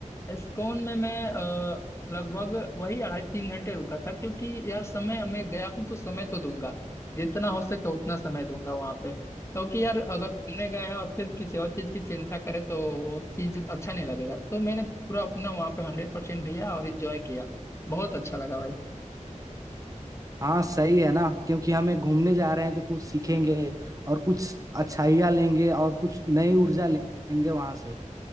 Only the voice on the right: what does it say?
हाँ सही है ना क्योंकि हमें घूमने जा रहे हैं तो कुछ सीखेंगे और कुछ अच्छाइयाँ लेंगे और कुछ नई ऊर्जा लेंगे वहां से